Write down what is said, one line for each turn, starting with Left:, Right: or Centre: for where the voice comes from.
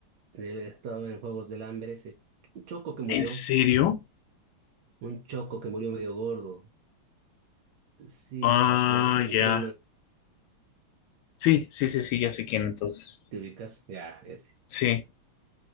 Right: él actuaba en Juegos del Hambre, ese choco que murió,
Left: ¿En serio?
Right: un choco que murió medio gordo. Sí,
Left: Ah,
Right: entró, entró
Left: ya. Sí, sí, sí, sí, ya sé quién entonces.
Right: ¿Te ubicas? Ya, ese.
Left: Sí.